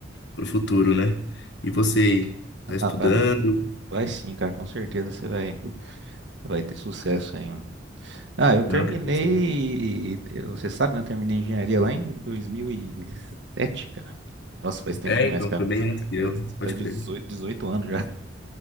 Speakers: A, on the left; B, on the right.
A: pro futuro, né? E você aí, tá estudando?
B: Ah, vai, vai sim, cara. Com certeza você vai, vai ter sucesso aí, Ah, eu terminei,
A: Não, o que que você
B: eu- você sabe, né? Eu terminei engenharia lá em 2007, cara. Nossa, faz tempo
A: É,
B: demais,
A: então,
B: cara.
A: foi bem antes de eu,
B: Faz,
A: pode
B: faz
A: crer.
B: 18,
A: <laughs>
B: 18 anos já.